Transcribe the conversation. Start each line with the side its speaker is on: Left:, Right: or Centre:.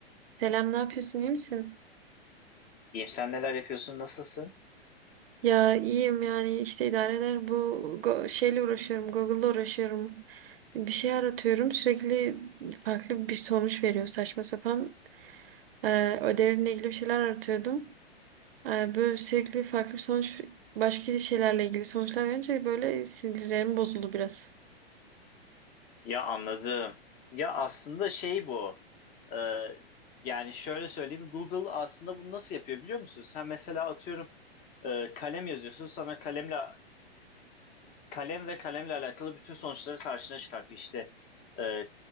Right: Selam, ne yapıyorsun, iyi misin?
Left: İyiyim, sen neler yapıyorsun, nasılsın?
Right: Ya iyiyim yani işte idare eder. Bu go- şeyle uğraşıyorum, Google'la uğraşıyorum. Bir şey aratıyorum, sürekli farklı bir sonuç veriyor saçma sapan. Ee, ödevimle ilgili bir şeyler aratıyordum. Ee, böyle sürekli farklı bir sonuç, başka şeylerle ilgili sonuçlar verince böyle sinirlerim bozuldu biraz.
Left: Ya anladım. Ya aslında şey bu. Ee, yani şöyle söyleyeyim, Google aslında bunu nasıl yapıyor biliyor musun? Sen mesela atıyorum e, kalem yazıyorsun, sana kalemle kalem ve kalemle alakalı bütün sonuçları karşına çıkartıyor. İşte e,